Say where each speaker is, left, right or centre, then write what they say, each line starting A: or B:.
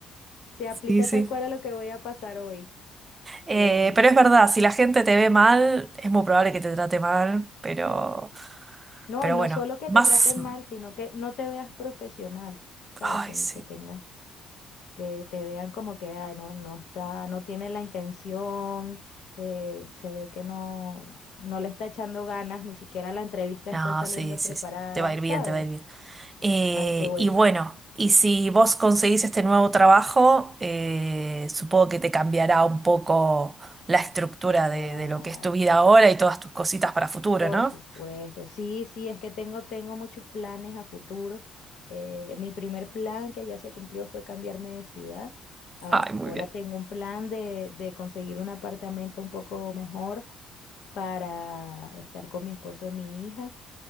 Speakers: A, on the left (about 70°); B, on the right (about 30°).
A: Se aplica
B: Sí, sí.
A: tal cual a lo que voy a pasar hoy.
B: Eh,
A: Qué risa.
B: pero es verdad, si la gente te ve mal, es muy probable que te trate mal, pero,
A: No,
B: pero
A: y no
B: bueno,
A: solo que
B: más...
A: te traten mal, sino que no te veas profesional, ¿sabes?
B: Ay,
A: Ten-
B: sí.
A: que tengas que te vean como que "Ay, no, no está, no tiene la intención, eh, se ve que no, no le está echando ganas, ni siquiera la entrevista
B: No,
A: está saliendo
B: sí, sí,
A: preparada,
B: sí. Te va a ir
A: ¿sabes?
B: bien, te va a ir bien. Eh,
A: Ay, qué bueno.
B: y bueno, y si vos conseguís este nuevo trabajo, eh, supongo que te cambiará un poco la estructura
A: Claro.
B: de, de lo que es tu vida ahora y todas tus cositas para futuro,
A: Por
B: ¿no?
A: supuesto, sí, sí, es que tengo, tengo muchos planes a futuro. Eh, mi primer plan que ya se cumplió fue cambiarme de ciudad. Ahora
B: Ay, muy bien.
A: tengo un plan de, de conseguir un apartamento un poco mejor para estar con mi esposo y mi hija.